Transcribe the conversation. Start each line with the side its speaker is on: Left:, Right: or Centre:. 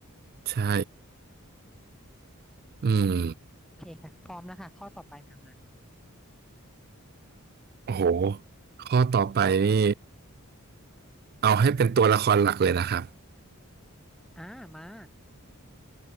Right: ใช่ อืม
Centre: โอเคค่ะพร้อมแล้วค่ะข้อต่อไปค่ะมา
Right: โอ้โหข้อต่อไปนี่เอาให้เป็นตัวละครหลักเลยนะครับ
Centre: อ่ามา